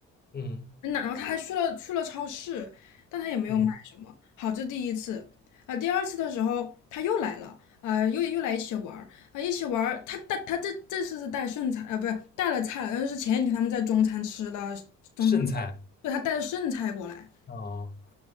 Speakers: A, on the left; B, on the left.
A: 嗯
B: 然后他还去了去了超市，但他也没有买什么。
A: 嗯，
B: 好，这第一次，啊、第二次的时候他又来了，呃，又又来一起玩儿，啊、一起玩儿。他带他这这次是带剩菜，啊，不是带了菜了但是前几天他们在中餐吃了中餐馆，
A: 剩菜
B: 对，他带了剩菜过来。
A: 哦，